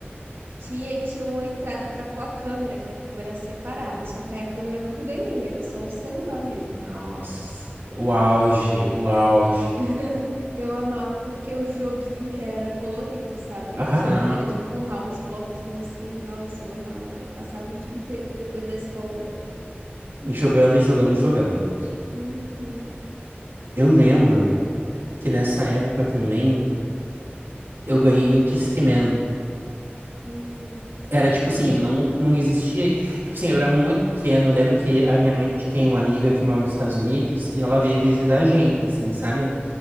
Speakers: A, on the right; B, on the right.
A: Tinha e tinha uma entrada pra pôr a câmera, que a câmera é separada, só que aí a câmera eu nunca ganhei, era só o celular mesmo.
B: Nossa, o auge, o auge.
A: <laughs> Eu amava porque o joguinho já era colorido, sabe?
B: Aham.
A: E tinha um que era de empurrar uns bloquinhos assim. Nossa, eu amava. Passava o dia inteiro depois da escola.
B: Jogando e jogando e jogando.
A: Uhum.
B: Eu lembro
A: Mas era bom.
B: que nessa época também eu ganhei um Discman.
A: Hum,
B: Era tipo assim, não, não existia. Tipo assim, eu era muito pequeno. Eu lembro que a minha mãe tem uma amiga que mora nos Estados Unidos e ela veio visitar a gente, assim, sabe?